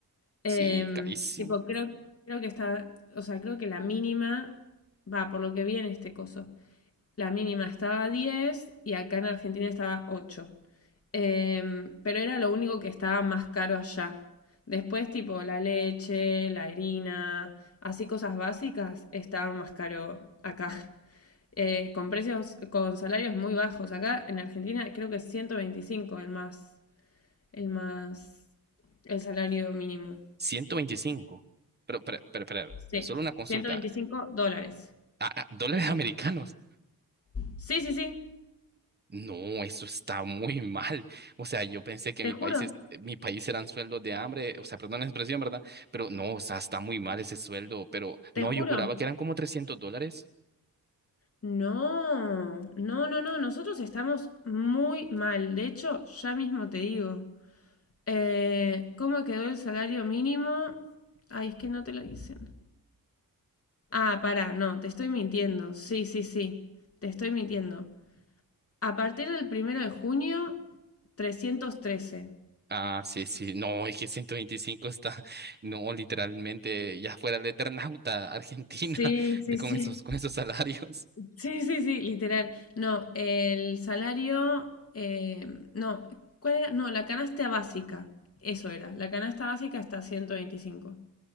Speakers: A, on the left (about 40°); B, on the right (about 30°).
A: Em,
B: Sí, carísimo.
A: tipo, creo, creo que está, o sea, creo que la mínima va por lo que vi en este coso la mínima estaba a 10 y acá en Argentina estaba ocho Em, pero era lo único que estaba más caro allá. Después, tipo, la leche, la harina, así cosas básicas, estaban más caro acá. Eh, con precios, con salarios muy bajos. Acá en Argentina creo que es 125 el más, el más, el salario mínimo.
B: 125. Pero, pero, pero, pero,
A: Sí,
B: solo una consulta.
A: ciento veinticinco dólares.
B: Ah, ah, ¿dólares americanos?
A: Sí, sí, sí,
B: No, eso está muy mal. O sea, yo pensé que
A: te
B: mi
A: juro,
B: país es, eh, mi país eran sueldos de hambre, o sea, perdón la expresión, ¿verdad? Pero no, o sea, está muy mal ese sueldo, pero
A: te
B: no,
A: juro.
B: yo juraba que eran como 300 dólares.
A: No, no, no, no, nosotros estamos muy mal. De hecho, ya mismo te digo. Eh, ¿cómo quedó el salario mínimo? Ay, es que no te lo dicen. Ah, pará, no, te estoy mintiendo. Sí, sí, sí, te estoy mintiendo. A partir del primero de junio, 313.
B: Ah, sí, sí. No, es que 125 está, <laughs> no, literalmente ya fuera el Eternauta, Argentina,
A: Sí,
B: <laughs>
A: sí,
B: de, con
A: sí.
B: esos, con esos salarios.
A: Sí, sí, sí, literal. No, el salario, eh, no, ¿cuál era? No, la canasta básica, eso era, la canasta básica hasta ciento veinticinco